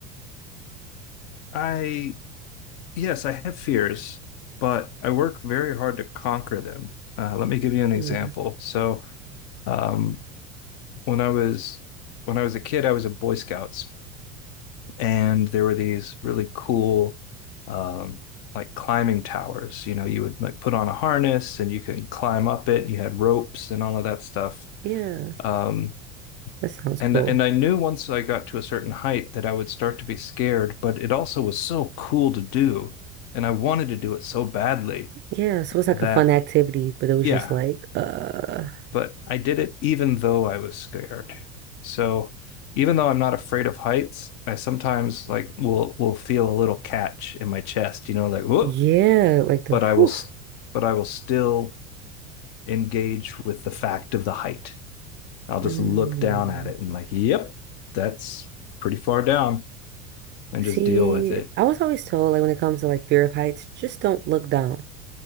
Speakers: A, on the left; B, on the right.
A: I Yes, I have fears, but I work very hard to conquer them. Uh, let me give you an
B: Hmm.
A: example. So, um, when I was when I was a kid, I was in Boy Scouts, and there were these really cool, um, like climbing towers. You know, you would like put on a harness and you could climb up it. You had ropes and all of that stuff.
B: Yeah,
A: Um,
B: that sounds
A: and
B: cool.
A: and I knew once I got to a certain height that I would start to be scared, but it also was so cool to do, and I wanted to do it so badly
B: Yeah, so it's like
A: that
B: a fun activity, but it was
A: yeah
B: just like, uh,
A: but i did it even though i was scared so even though i'm not afraid of heights i sometimes like will will feel a little catch in my chest you know like whoop
B: yeah, like the
A: but
B: whew.
A: i will but i will still engage with the fact of the height i'll just
B: Mm.
A: look down at it and like yep that's pretty far down and
B: See,
A: just deal with it
B: I was always told like when it comes to like fear of heights, just don't look down.